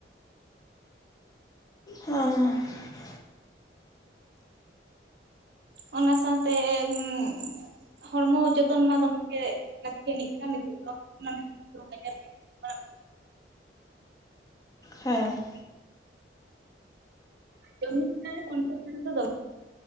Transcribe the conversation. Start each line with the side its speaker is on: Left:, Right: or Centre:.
Left: <inaudible> <unintelligible>
Right: ᱚᱱᱟ ᱥᱟᱶᱛᱮ <unintelligible> ᱦᱚᱲᱢᱚ ᱡᱚᱛᱚᱱ ᱢᱟ ᱫᱚᱢᱮᱜ ᱜᱮ ᱞᱟᱹᱠᱛᱟᱱᱤ ᱠᱟᱱᱟ ᱱᱤᱛᱚᱜ ᱫᱚ ᱨᱳᱜᱽ ᱟᱡᱟᱨ ᱠᱚ ᱧᱟᱢᱚᱜ ᱠᱟᱱᱟ
Left: ᱦᱮᱸ
Right: <unintelligible> ᱫᱚ